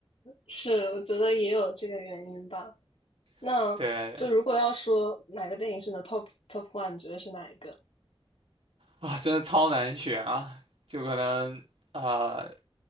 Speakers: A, on the left (about 85°); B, on the right (about 85°).
A: 是我觉得也有这个原因吧。那就如果要说哪个电影是你的
B: <laughs> 对
A: top top one，你觉得是哪一个？
B: 啊，真的超难选啊，就可能啊。